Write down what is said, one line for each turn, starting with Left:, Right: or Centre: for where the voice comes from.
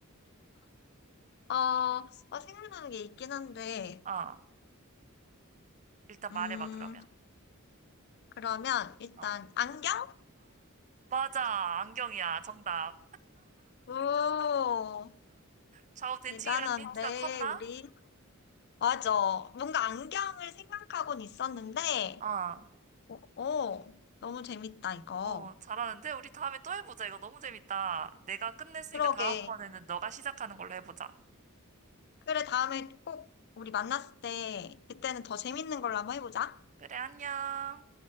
Left: 어, 어, 생각나는 게 있긴 한데,
Right: 어, 일단
Left: 음,
Right: 말해봐, 그러면.
Left: 그러면 일단
Right: 어.
Left: 안경?
Right: 맞아, 안경이야. 정답.
Left: 오,
Right: 좌우 대칭이라는
Left: 대단한데,
Right: 게 힌트가 컸나?
Left: 우리. 맞아. 뭔가 안경을 생각하곤 있었는데,
Right: 어,
Left: 어, 어, 너무 재밌다, 이거.
Right: 어, 잘하는데? 우리 다음에 또 해보자. 이거 너무 재밌다. 내가 끝냈으니까
Left: 그러게.
Right: 다음번에는 너가 시작하는 걸로 해보자.
Left: 그래, 다음에 꼭 우리 만났을 때, 그때는 더 재밌는 걸로 한번 해보자.
Right: 그래, 안녕.